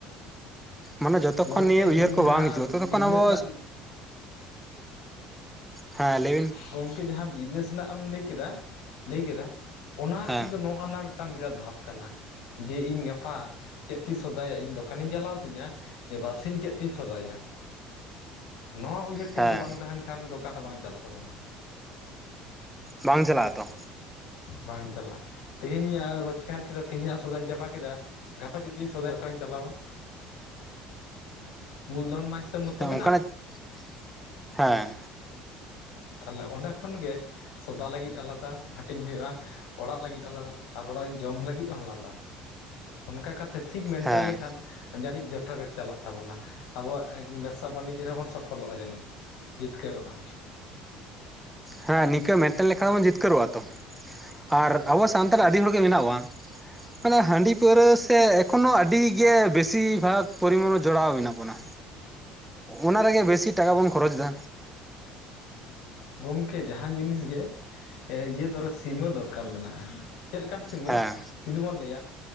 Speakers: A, in the centre; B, on the left.
A: ᱢᱟᱱᱮ ᱡᱚᱛᱚᱠᱷᱚᱱ
B: ᱜᱚᱢᱠᱮ
A: ᱱᱤᱭᱟᱹ
B: ᱦᱮᱱᱟᱝ
A: ᱩᱭᱦᱟᱹᱨ
B: ᱡᱟᱦᱟᱸ
A: ᱠᱚ ᱵᱟᱝ ᱦᱤᱡᱩᱜᱼᱟ ᱛᱚᱛᱚᱠᱷᱚᱱ
B: ᱵᱤᱡᱽᱱᱮᱥ
A: ᱟᱵᱚ
B: ᱨᱮᱱᱟᱜ
A: ᱦᱮᱸ ᱞᱟᱹᱭᱵᱤᱱ
B: ᱜᱚᱢᱠᱮ ᱡᱟᱦᱟᱸ ᱵᱤᱡᱽᱱᱮᱥ ᱨᱮᱱᱟᱜ ᱮᱢ ᱞᱟᱹᱭ ᱠᱮᱫᱟ ᱞᱟᱹᱭ ᱠᱮᱫᱟ ᱚᱱᱟ
A: ᱦᱮᱸ
B: ᱠᱤᱱᱛᱩ ᱱᱚ ᱦᱚᱜᱼᱚ ᱱᱟ ᱢᱤᱫᱴᱟᱝ ᱵᱤᱨᱟᱫ ᱫᱷᱟᱯ ᱠᱟᱱᱟ ᱡᱮ ᱤᱧ ᱜᱟᱯᱟ ᱪᱮᱫ ᱛᱤᱧ ᱥᱚᱫᱟᱭᱟ ᱤᱧ ᱫᱚᱠᱟᱱᱤᱧ ᱪᱟᱞᱟᱣ ᱛᱤᱧᱟᱹ ᱡᱮ ᱵᱟᱨ ᱥᱤᱧ ᱪᱮᱫ ᱛᱤᱧ ᱥᱚᱫᱟᱭᱟ ᱱᱚᱣᱟ ᱩᱭᱦᱟᱹᱨ ᱠᱤᱱᱛᱩ
A: ᱦᱮᱸ
B: ᱵᱟᱝ ᱛᱟᱦᱮᱱ ᱠᱟᱱᱟ, ᱠᱷᱟᱱ ᱫᱚ ᱚᱠᱟ ᱦᱚᱸ ᱵᱟᱝ ᱪᱟᱞᱟᱜ ᱛᱟᱵᱚᱱᱟ,
A: ᱵᱟᱝ ᱪᱟᱞᱟᱜᱼᱟ ᱛᱚ
B: ᱵᱟᱝ ᱪᱟᱞᱟᱜᱼᱟ ᱛᱮᱦᱤᱧ ᱨᱳᱡᱽᱜᱟᱨ ᱠᱮᱫᱟ ᱛᱮᱦᱤᱧᱟᱜ ᱥᱚᱫᱚᱧ ᱪᱟᱵᱟ ᱠᱮᱫᱟ ᱜᱟᱯᱟ ᱪᱮᱫ ᱛᱤᱧ ᱥᱚᱫᱟᱭ ᱚᱠᱟᱟᱨᱤᱧ ᱪᱟᱞᱟᱣᱟ ᱢᱞ ᱫᱷᱚᱱ ᱢᱟ ᱦᱤᱥᱟᱹᱵ ᱢᱚᱛᱚ
A: ᱦᱮᱸ
B: ᱢᱮᱱᱟᱜ
A: ᱚᱱᱠᱟᱱᱟᱜ <unintelligible> ᱦᱮᱸ
B: ᱛᱟᱦᱚᱞᱮ ᱚᱸᱰᱮ ᱠᱷᱚᱱ ᱜᱮ ᱥᱚᱫᱟ ᱞᱟᱹᱜᱤᱫ ᱟᱞᱟᱫᱟ ᱵᱟᱹᱴᱤᱧ ᱦᱩᱭᱩᱜᱼᱟ ᱚᱲᱟᱜ ᱞᱟᱹᱜᱤᱫ ᱟᱞᱟᱫᱟ ᱟᱨ ᱚᱲᱟᱜ ᱤ ᱡᱚᱢ ᱞᱟᱹᱜᱤᱫ ᱦᱚᱸ ᱟᱞᱟᱫᱟ ᱚᱱᱠᱟ ᱠᱟᱛᱮ ᱪᱷᱤᱠ ᱢᱮᱱᱴᱮᱱ
A: ᱦᱮᱸ
B: ᱞᱮᱠᱷᱟᱱ ᱡᱟᱹᱱᱤᱡ ᱡᱷᱚᱛᱚ ᱜᱮ ᱪᱟᱞᱟᱜ ᱛᱟᱵᱚᱱᱟ ᱟᱵᱚᱣᱟᱜ ᱵᱮᱵᱽᱥᱟ ᱵᱟᱹᱱᱤᱡᱽ ᱨᱮᱵᱚᱱ ᱥᱚᱯᱷᱚᱞᱚᱜᱼᱟ ᱡᱟᱹᱱᱤᱡ ᱡᱤᱛᱠᱟᱹᱨᱚᱜᱼᱟ
A: ᱦᱮᱸ ᱱᱤᱠᱟᱹ ᱢᱮᱱᱴᱮᱱ ᱞᱮᱠᱷᱟ ᱦᱚᱵᱚᱱ ᱡᱤᱛᱠᱟᱹᱨᱚᱜᱼᱟ ᱛᱚ ᱟᱨ ᱟᱵᱚ ᱥᱟᱱᱛᱟᱲ ᱟᱹᱰᱤ ᱦᱚᱲᱜᱮ ᱢᱮᱱᱟᱣᱟ ᱢᱟᱱᱮ ᱦᱟᱺᱰᱤ ᱯᱟᱹᱣᱨᱟᱹ ᱥᱮ ᱮᱠᱷᱚᱱᱚ ᱟᱹᱰᱤ ᱜᱮ ᱵᱮᱥᱤᱨ ᱵᱷᱟᱜᱽ ᱯᱚᱨᱤᱢᱟᱱᱚ ᱡᱚᱲᱟᱣ ᱢᱮᱱᱟᱜ ᱵᱚᱱᱟ
B: <inaudible>
A: ᱚᱱᱟ ᱨᱮᱜᱮ ᱵᱮᱥᱤ ᱴᱟᱠᱟ ᱵᱚᱱ ᱠᱷᱚᱨᱚᱪ ᱫᱟ
B: ᱜᱚᱢᱠᱮ ᱡᱟᱦᱟᱱ ᱡᱤᱱᱤᱥ ᱜᱮ ᱮ ᱤᱭᱟᱹ ᱥᱤᱢᱟ. ᱥᱤᱢᱟᱹ ᱫᱚᱨᱠᱟᱨ ᱢᱮᱱᱟᱜᱼᱟ ᱪᱮᱫ ᱞᱮᱠᱟᱱ ᱥᱤᱢᱟᱹ
A: ᱦᱮᱸ
B: ᱡᱩᱫᱤ ᱵᱚᱱ ᱞᱟᱹᱭ ᱟ